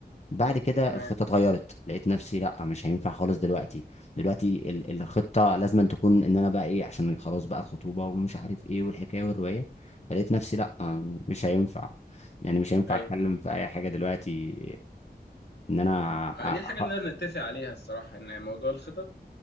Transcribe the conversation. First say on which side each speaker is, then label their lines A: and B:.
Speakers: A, on the left; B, on the left.
A: بعد كده
B: تمام
A: الخطه اتغيرت لقيت نفسي لا مش هينفع خالص دلوقتي دلوقتي ال- الخطه لازم أن تكون ان انا بقى ايه عشان خلاص بقى الخطوبه ومش عارف ايه والحكايه والروايه فلقيت نفسي لا آه، مش هينفع يعني مش هينفع
B: ايوه
A: اتكلم في اي حاجه دلوقتي ان انا
B: آه،
A: أ-
B: دي الحاجه
A: أخ...
B: اللي نقدر نتفق عليها الصراحه ان موضوع الخطط